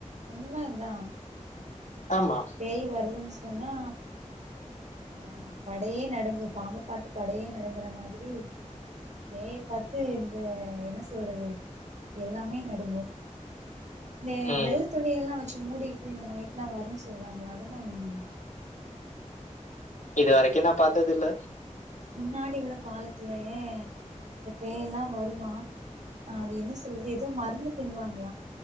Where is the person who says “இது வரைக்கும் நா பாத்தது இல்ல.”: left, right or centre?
Left